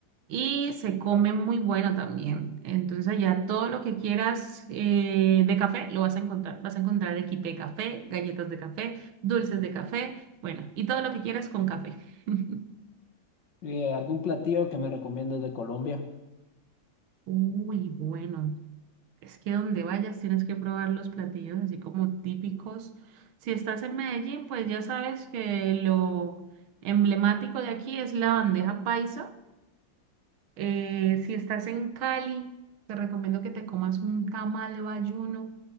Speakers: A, on the right; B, on the left.
A: Y se come muy bueno también. Entonces allá todo lo que quieras eh, de café lo vas a encontrar. Vas a encontrar equipe de café, galletas de café, dulces de café. Bueno, y todo lo que quieras con café. <laughs>
B: ¿Y algún platillo que me recomiendes de Colombia?
A: Uy, bueno, es que donde vayas tienes que probar los platillos así como típicos. Si estás en Medellín, pues ya sabes que lo emblemático de aquí es la bandeja paisa. Eh, si estás en Cali, te recomiendo que te comas un tamal bayuno